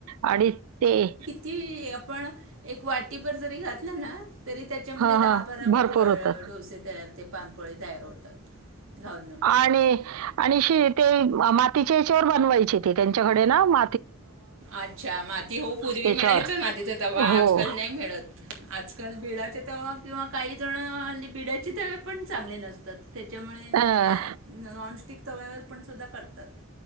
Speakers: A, on the right; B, on the right.
A: आणि ते
B: ती आपण एक वाटीभर जरी घातलं ना. तरी त्याच्यामध्ये
A: हां
B: दहा
A: हां
B: बारा
A: भरपूर
B: प
A: होतं
B: डोसे तयार ते पानपोळे तयार होतात घावणं.
A: आणि आणि श ते मातीचे चोर बनवायचे ते त्यांच्याकडे ना म
B: अच्छा माती हो पूर्वी
A: त्याच्यावर
B: मिळायचं ना तिथं तवा्हा
A: हो
B: आजकाल नाही मिळत. आजकाल बिडाचे ते किंवा काही जण हली बिडायचे ते पण चांगले नसतात त्याच्यामुळे
A: अं,
B: मा नॉनस्टिक तव्यावरवर पण सुद्धा करतात.